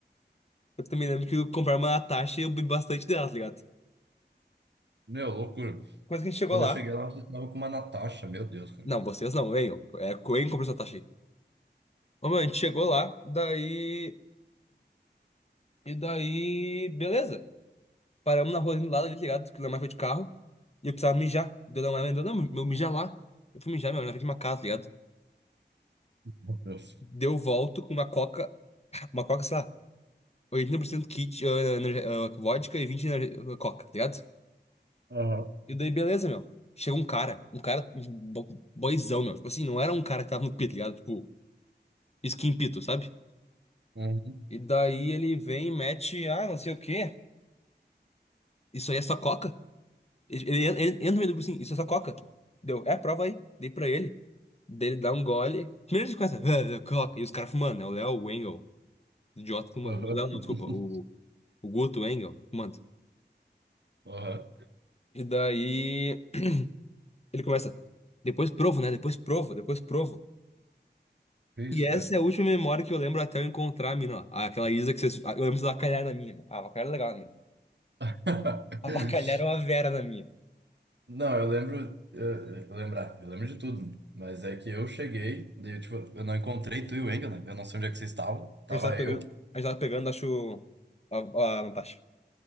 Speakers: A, on the left; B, on the right.
A: Eu também lembro que eu comprei uma Natasha e eu bebi bastante dela, tá ligado?
B: Meu, loucura.
A: Quando que a gente chegou
B: E Quando
A: lá.
B: eu cheguei lá, eu tava com uma Natasha, meu Deus, cara.
A: Não, vocês não, venham. É, Coen comprou essa Natasha aí. Ô, meu, a gente chegou lá, daí. E daí. Beleza. Paramos na rua ali do lado ali, tá ligado? Que o Lemar foi de carro. E eu precisava mijar. Deu Lemar mandou, não, meu, mijar lá. Eu fui mijar, meu, na frente de uma casa, tá ligado?
B: Meu Deus.
A: Deu volto com uma coca. Uma coca, sei lá. oitenta por cento kit, ah, energe- ah, vodka e 20% energe- coca, tá ligado?
B: Aham.
A: E daí, beleza, meu. Chega um cara, um cara, um bo- boyzão, meu. Tipo assim, não era um cara que tava no pito, tá ligado? Tipo, skin pito, sabe?
B: Uhum.
A: E daí ele vem e mete, ah, não sei o quê. Isso aí é só coca? Ele, ele en- en- entra no meio do grupo assim, isso é só coca. Deu, é, prova aí. Dei pra ele. Daí ele dá um gole. Primeiro ele começa, "Ah, é coca. E os caras fumando, né? O Léo, o Engel, o idiota fumando.
B: Aham.
A: O Léo
B: <laughs>
A: não, desculpa, o, o Guto, o Engel, fumando.
B: Aham.
A: E daí ele começa, depois provo, né? Depois provo, depois provo.
B: Que isso,
A: E essa
B: cara?
A: é a última memória que eu lembro até eu encontrar a mina, ó. Aquela Isa que vocês. Eu lembro que vocês avacalharam a minha. meu. Ah, avacalharam é legal a minha.
B: <laughs>
A: Avacalharam a Vera na minha.
B: Não, eu lembro, eu, eu lembrar, eu lembro de tudo, mas é que eu cheguei, daí, tipo, eu não encontrei tu e o Engel, né? Eu não sei onde é que vocês estavam, tava
A: A gente tava pegando,
B: eu,
A: a gente tava pegando, acho. A, a Natasha.